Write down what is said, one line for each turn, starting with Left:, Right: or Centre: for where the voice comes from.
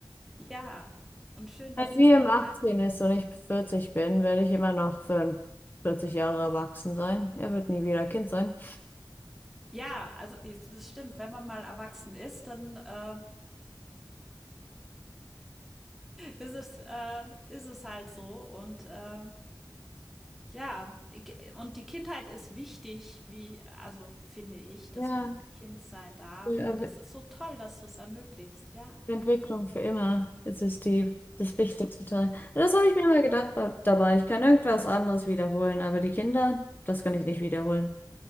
Centre: ja, und schön, dass
Left: Wenn
Centre: sie
Left: wir
Centre: es dann
Left: im 18
Centre: sein können.
Left: ist und ich 40 bin, werde ich immer noch für 40 Jahre erwachsen sein. Er wird nie wieder Kind sein.
Centre: Ja, also i das stimmt, wenn man mal erwachsen ist, dann, äh, ist es äh, ist es halt so und, äh Ja, ich- und die Kindheit ist wichtig, wie, also finde ich, dass
Left: Ja,
Centre: man Kind sein darf.
Left: die Er-
Centre: Und das ist so toll, dass du es ermöglicht. Ja,
Left: Entwicklung für immer. Es ist die, das wichtigste Teil. Das habe ich mir immer gedacht ba- dabei. Ich kann irgendwas anderes wiederholen, aber die Kinder, das kann ich nicht wiederholen.